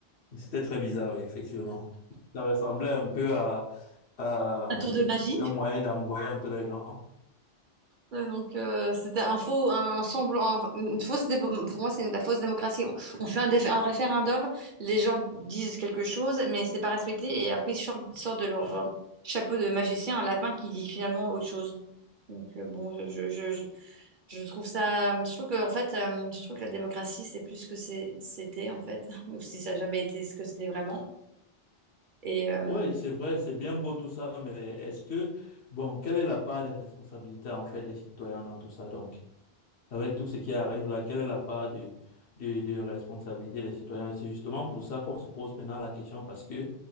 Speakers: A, on the left; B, on the right.
A: C'était très bizarre, oui, effectivement. Ça ressemblait un peu à, à
B: Un tour de magie?
A: un moyen d'embrouiller un peu les gens.
B: Ouais, donc euh, c'était un faux, un semblant, une fausse dé- pour moi c'est de la fausse démocratie. On, on fait un, dé- un référendum, les gens disent quelque chose, mais c'est pas respecté et après ils sortent, sortent de leur chapeau de magicien un lapin qui dit finalement autre chose. Donc euh, bon, je, je, je, je- trouve ça, je trouve que en fait, euh, je trouve que la démocratie c'est plus ce que c'est- c'était en fait, <laughs> ou si ça a jamais été ce que c'était vraiment. Et euh,
A: Oui, c'est vrai, c'est bien beau tout ça, mais est-ce que, bon, quelle est la part de responsabilité, en fait, des citoyens dans tout ça, donc? avec tout ce qui arrive là, quelle est la part de, de, de responsabilité des citoyens? C'est justement pour ça qu'on se pose maintenant la question parce que